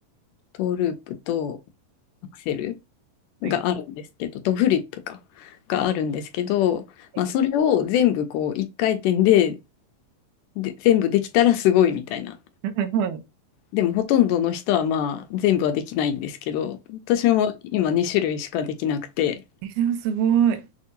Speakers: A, on the left; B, on the right.
A: トーループと、アクセル。
B: はい。
A: があるんですけど、とフリップか、があるんですけど、
B: はい。
A: まあ、それを全部こう一回転で、で、全部できたらすごいみたいな。
B: はい。はいはい
A: でもほとんどの人はまあ全部はできないんですけど、私も今2種類しかできなくて、
B: え、でもすごい。